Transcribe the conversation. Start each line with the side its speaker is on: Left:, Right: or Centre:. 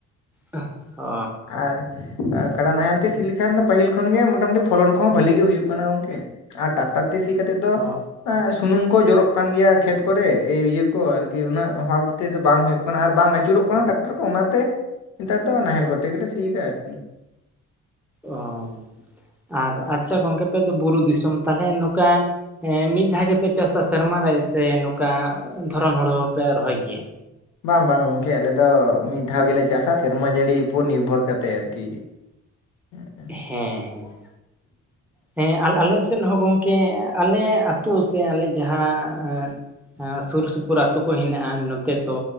Centre: ᱚᱷ ᱦᱳ
Left: ᱟᱨ ᱠᱟᱰᱟ ᱱᱟᱦᱮᱞ ᱛᱮ ᱥᱤ ᱞᱮᱠᱷᱟᱱ ᱯᱟᱹᱦᱤᱞ ᱠᱷᱚᱱ ᱜᱮ ᱢᱚᱴᱟᱢᱩᱴᱤ ᱯᱷᱚᱞᱚᱱ ᱠᱚᱦᱚᱸ ᱵᱷᱟᱹᱞᱤ ᱜᱮ ᱦᱩᱭᱩᱜ ᱠᱟᱱᱟ ᱜᱚᱢᱠᱮ ᱟᱨ ᱴᱟᱠᱴᱟᱨ ᱛᱮ ᱥᱤ ᱠᱟᱛᱮᱫ ᱫᱚ
Centre: ᱚ
Left: ᱟ ᱥᱩᱱᱩᱢ ᱠᱚ ᱡᱚᱨᱚᱜ ᱠᱟᱱ ᱜᱮᱭᱟ ᱠᱷᱮᱛ ᱠᱚᱨᱮ ᱤᱭᱟᱹ ᱠᱚ ᱟᱨᱠᱤ ᱩᱱᱟᱹᱜ ᱵᱷᱟᱵ ᱛᱮᱫᱚ ᱵᱟᱝ ᱦᱩᱭᱩᱜ ᱠᱟᱱᱟ ᱟᱨ ᱵᱟᱝ ᱟᱹᱪᱩᱨᱚᱜ ᱠᱟᱱᱟ ᱴᱟᱠᱴᱟᱨ ᱠᱚ ᱚᱱᱟᱛᱮ ᱱᱮᱛᱟᱨ ᱫᱚ ᱱᱟᱦᱮᱞ ᱠᱚᱛᱮ ᱜᱮ ᱞᱮ ᱥᱤᱭᱫᱟ ᱟᱨᱠᱤ
Centre: ᱚᱷ ᱟᱨ ᱟᱪᱪᱷᱟ ᱜᱚᱝᱠᱮ ᱟᱯᱮ ᱫᱚ ᱵᱩᱨᱩ ᱫᱤᱥᱚᱢ ᱛᱟᱦᱚᱞᱮ ᱱᱚ ᱱᱚᱝᱠᱟ ᱢᱤᱫ ᱫᱷᱟᱣ ᱜᱮ ᱯᱮ ᱪᱟᱥᱟ ᱥᱮᱨᱢᱟ ᱨᱮ ᱥᱮ ᱱᱚᱝᱠᱟ ᱫᱷᱚᱨᱚᱱ ᱦᱩᱲᱩ ᱦᱚᱯᱮ ᱨᱚᱦᱚᱭ ᱜᱮᱭᱟ
Left: ᱵᱟᱝᱻᱵᱟᱝ ᱜᱚᱢᱠᱮ ᱟᱞᱮ ᱫᱚ ᱢᱤᱫ ᱫᱷᱟᱣ ᱜᱮᱞᱮ ᱪᱟᱥᱟ ᱥᱮᱨᱢᱟ ᱡᱟᱹᱲᱤ ᱩᱯᱚᱨ ᱱᱤᱨᱵᱷᱚᱨ ᱠᱟᱛᱮ ᱟᱨᱠᱤ ᱦᱮᱸ <inaudible>
Centre: ᱦᱮᱸ ᱦᱮᱸ ᱦᱮᱸ ᱟᱞᱮ ᱟ ᱟᱞᱮᱥᱮᱫ ᱦᱚᱸ ᱜᱚᱝᱠᱮ ᱟᱞᱮ ᱟᱹᱛᱩ ᱥᱮ ᱟᱞᱮ ᱡᱟᱦᱟᱸ ᱟᱸ ᱥᱩᱨ ᱥᱩᱯᱩᱨ ᱟᱹᱛᱩ ᱠᱚ ᱦᱮᱱᱟᱜᱼᱟ ᱱᱚᱛᱮ ᱫᱚ